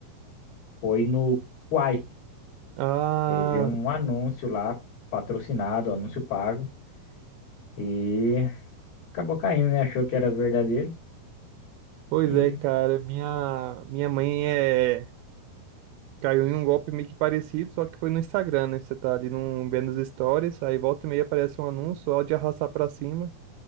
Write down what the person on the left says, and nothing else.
Foi no Quai.
Ele viu um anúncio lá, patrocinado, anúncio pago. E acabou caindo, né? Achou que era verdadeiro.
E.